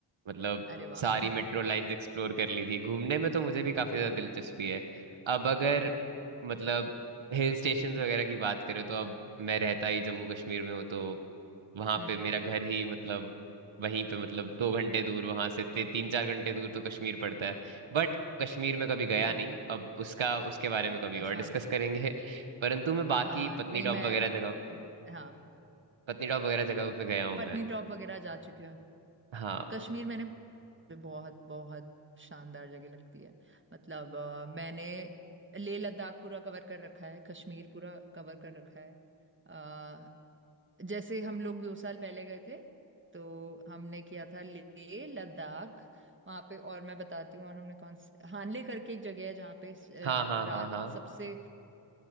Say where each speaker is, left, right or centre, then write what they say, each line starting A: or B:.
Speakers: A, on the right; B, on the right.
A: मतलब
B: अरे वाह
A: सारी
B: <laughs>
A: मेट्रो लाइंस एक्सप्लोर कर ली थी घूमने में तो मुझे भी काफी
B: हम्म
A: ज्यादा दिलचस्पी है अब अगर
B: हम्म
A: मतलब हिल स्टेशंस वगैरह की बात करें तो अब मैं रहता ही जम्मू कश्मीर में हूँ तो वहां
B: हम्म
A: पे मेरा घर ही मतलब वहीं पे मतलब दो घंटे दूर वहां से ती, तीन चार घंटे दूर तो कश्मीर पड़ता है बट कश्मीर में कभी गया
B: हम्म
A: नहीं अब उसका उसके बारे में कभी
B: अच्छा
A: और डिस्कस करेंगे परंतु मैं बाकी
B: हाँ
A: पत्नीटॉप
B: नहीं मैं
A: वगैरह जगह
B: हाँ
A: पत्नीटॉप वगैरह जगह पे गया हूँ
B: पत्नी
A: मैं
B: टॉप वगैरह जा चुकी हूँ
A: हाँ
B: कश्मीर मैंने मुझे बहुत बहुत शानदार जगह लगती है मतलब अ, मैंने लेह लद्दाख पूरा कवर कर रखा है कश्मीर पूरा कवर कर रखा है अ, जैसे हम लोग दो साल पहले गए थे तो हमने किया था लेह लद्दाख वहाँ पे और मैं बताती हूँ और हमने कौन से हानले करके एक जगह है जहाँ पे स-
A: हाँ हाँ
B: रात
A: हाँ हाँ
B: सबसे